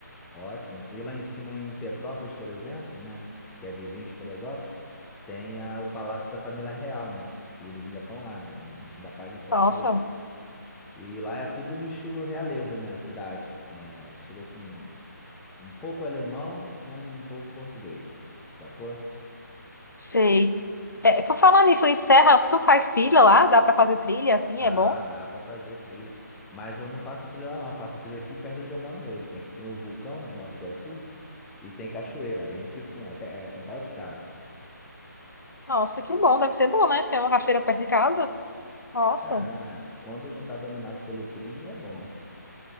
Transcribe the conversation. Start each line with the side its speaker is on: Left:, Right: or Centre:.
Centre: ótimo. E lá em cima em Petrópolis, por exemplo, né? Que é vizinho de Teresópolis, tem a- o Palácio da Família Real, né? Que eles ainda estão lá, né? A gente ainda paga imposto
Left: Nossa,
Centre: para eles E lá é tudo no estilo realeza, né? A cidade, né? Estilo assim, um pouco alemão, né? E um pouco português, sacou?
Left: sei. É, por falar nisso, em Serra, tu faz trilha lá? Dá pra fazer trilha, assim,
Centre: Dá,
Left: é bom?
Centre: dá pra fazer trilha. Mas eu não faço trilha lá, não. Eu faço trilha aqui perto de onde eu moro mesmo, que aqui tem o vulcão de Nova Iguaçu e tem cachoeira. Aí a gente, pum, é, pe- é quintal de casa.
Left: Nossa, que bom, deve ser bom, né? Tem uma cachoeira perto de casa. Nossa,
Centre: Ah, mas quando não tá dominado pelo crime, é bom.